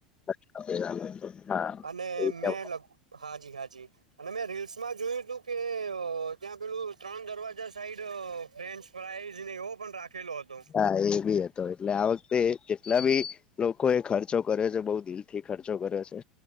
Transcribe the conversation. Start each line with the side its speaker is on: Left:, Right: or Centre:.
Left: બરાબર હા
Right: અને
Left: એ ત્યાં
Right: મે લગ હાજી હા જી અને મેં રીલ્સમાં જોયું તું કે ત્યાં પેલું ત્રણ દરવાજા સાઈડ ફ્રેન્ચ ફાઈઝ ને એવો પણ રાખેલો હતો.
Left: હા એ બી હતો એટલે આ વખતે જેટલા બી લોકો એ ખર્ચો કર્યો છે, બઉ દિલ થી ખર્ચો કરે છે,